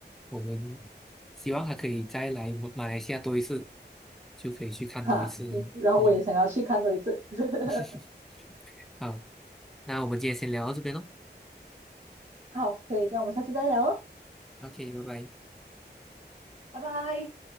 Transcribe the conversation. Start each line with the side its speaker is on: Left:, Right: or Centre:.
Centre: 我们希望他可以再来马来西亚多一次，就可以去看多一次。
Right: <laughs> 哈，然后我也想要去看多一次。
Centre: 嗯，
Right: <laughs>
Centre: <laughs> 好，那我们今天先聊到这边喽。
Right: 好，可以，这样我们下次再聊喽，
Centre: OK，拜拜。
Right: 拜拜。